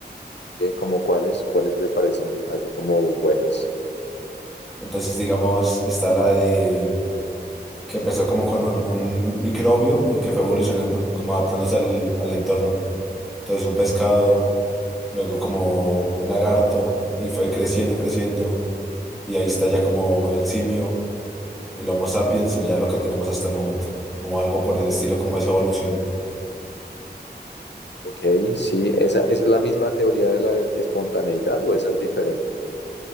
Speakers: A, on the left; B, in the centre.
A: ¿Qué, como cuáles, cuáles le parecen así como buenas?
B: Entonces digamos está la de que empezó como con algún microbio y que fue evolucionando, como adaptándose al, al entorno. Entonces un pescado, luego como un lagarto y fue creciendo, creciendo. Y ahí está ya como el simio, el Homo sapiens y ya lo que tenemos hasta el momento. Como algo por el estilo, como esa evolución.
A: Ok, sí, esa, esa es la misma teoría de la espontaneidad o esa es diferente.